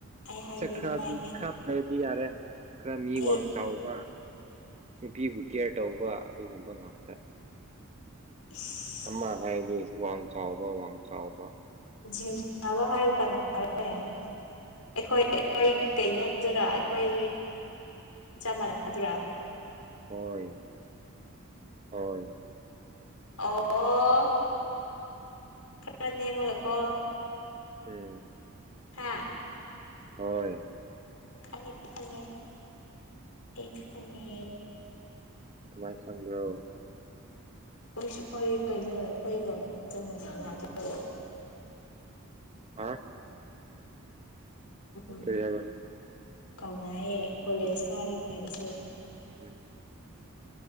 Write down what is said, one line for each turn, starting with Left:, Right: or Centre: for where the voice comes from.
Left: ꯑꯩ ꯍꯥꯏꯗꯦ
Right: ꯁ ꯈꯔꯗꯤ
Left: ꯑꯗꯨꯃꯥꯏ
Right: ꯈꯔꯗꯤ ꯌꯥꯔꯦ ꯈꯔ ꯃꯤ
Left: ꯑꯩ
Right: ꯋꯥꯡ ꯆꯥꯎꯕ ꯅꯨꯄꯤꯕꯨ ꯀꯦꯌꯔ ꯇꯧꯕ ꯑꯗꯨꯒꯨꯝꯕ ꯉꯥꯛꯇ
Left: ꯏꯁ
Right: ꯑꯃ ꯍꯥꯏꯔꯁꯨ ꯋꯥꯡ ꯆꯥꯎꯕ ꯋꯥꯡ ꯆꯥꯎꯕ
Left: <unintelligible> ꯑꯩꯈꯣꯏ ꯑꯩꯈꯣꯏ ꯀꯩꯅꯣꯗꯨꯔ ꯑꯩꯈꯣꯏ ꯆꯞ ꯃꯥꯟꯅꯗ꯭ꯔꯥ
Right: ꯍꯣꯏ ꯍꯣꯏ
Left: ꯑꯣ ꯈꯔ ꯅꯦꯝꯔꯒꯀꫭ
Right: ꯎꯝ
Left: ꯍꯥ
Right: ꯍꯣꯏ
Left: ꯈꯉꯦ ꯈꯉꯦ ꯑꯩ ꯈꯉꯦ
Right: ꯀꯃꯥꯏꯅ ꯈꯪꯕ꯭ꯔꯣ
Left: ꯃꫭꯏꯁꯨ ꯍꯈꯣꯏ ꯀꯩꯅꯣ ꯑꯩꯈꯣꯏ ꯂꫭꯟ ꯆꯞ ꯃꯥꯟꯅꯩꯅ ꯑꯗꯨ
Right: ꯍꯥ
Left: <unintelligible>
Right: ꯀꯔꯤ ꯍꯥꯏꯕ
Left: ꯀꯥꯎꯅꯩꯑꯦ ꯀꯣꯂꯦꯖ ꯀꯥꯔꯤꯉꯩꯒꯤꯁꯨ
Right: <unintelligible>